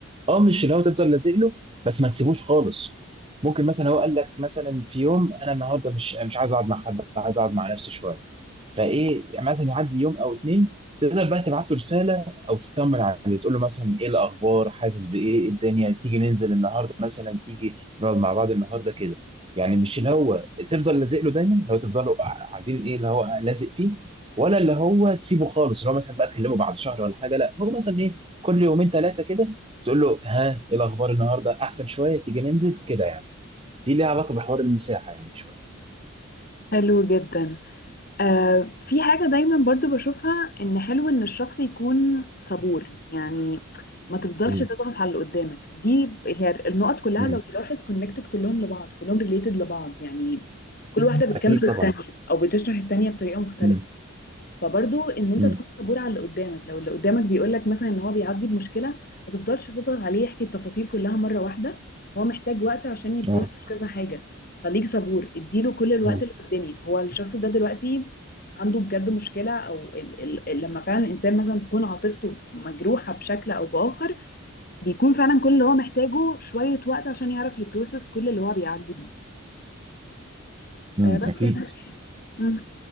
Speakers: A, on the right; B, on the left.
A: اه مش اللي هو تفضل لازق له بس ما تسيبوش خالص ممكن مثلا هو قال لك مثلا في يوم انا النهارده مش مش عايز اقعد مع حد عايز اقعد مع نفسي شويه فايه يعني مثلا يعدي يوم او اتنين تقدر بقى تبعت له رساله او تطمن عليه تقول له مثلا ايه الاخبار حاسس بايه إيه الدنيا تيجي ننزل النهارده مثلا تيجي نقعد مع بعض النهارده كده يعني مش اللي هو تفضل لازق له دايما اللي هو تفضلوا قاعدين ايه اللي هو لازق فيه ولا اللي هو تسيبه خالص اللي هو مثلا بقى تكلمه بعد شهر ولا حاجه لا هو مثلا ايه كل يومين ثلاثه كده تقول له ها ايه الاخبار النهارده احسن شويه تيجي ننزل كده يعني دي ليها علاقه بحوار المساحه يعني شويه
B: حلو جدا آه في حاجة دايما برضو بشوفها ان حلو ان الشخص يكون صبور يعني ما تفضلش
A: امم
B: تضغط على اللي قدامك دي هي النقط كلها
A: امم
B: لو تلاحظ كونكتد كلهم لبعض كلهم ريليتد لبعض يعني كل واحدة بتكمل
A: اكيد
B: التانية
A: طبعا
B: او بتشرح التانية بطريقة مختلفة
A: امم
B: فبرضو ان انت
A: امم
B: تكون صبور على اللي قدامك لو اللي قدامك بيقول لك مثلا ان هو بيعدي بمشكله ما تفضلش تضغط عليه يحكي التفاصيل كلها مره واحده هو محتاج وقت عشان يبروسس
A: اه
B: كذا حاجه خليك صبور اديله كل الوقت
A: امم
B: اللي في الدنيا هو الشخص ده دلوقتي عنده بجد مشكله او ال ال ال- لما فعلا الانسان مثلا تكون عاطفته مجروحه بشكل او باخر بيكون فعلا كل اللي هو محتاجه شويه وقت عشان يعرف يبروسس كل اللي هو بيعدي بيه
A: امم
B: آه بس
A: اكيد
B: يعني مم.